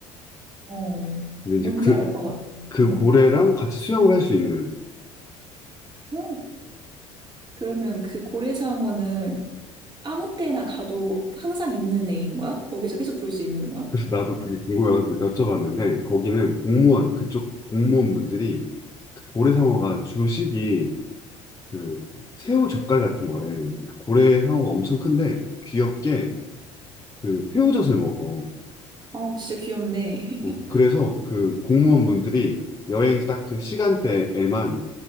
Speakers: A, on the right (about 25°); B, on the left (about 20°).
A: 어.
B: 근데
A: 뭔지
B: 이제 그,
A: 알 것 같아.
B: 그
A: 응.
B: 고래랑 같이 수영을 할 수 있는.
A: 응. 그러면 그 고래상어는 아무 때나 가도 항상 있는 애인 거야? 거기서 계속 볼 수 있는 거야?
B: 그래서 나도 그게 궁금해가지고 여쭤봤는데 거기는 공무원 그쪽 공무원분들이 그 고래상어가 주식이 그 새우 젓갈 같은 거래. 그러니까 고래상어가 엄청 큰데 귀엽게 그 새우젓을 먹어.
A: 아, 진짜 귀엽네. <laughs>
B: 어, 그래서 그 공무원분들이 여행 딱 그 시간대에만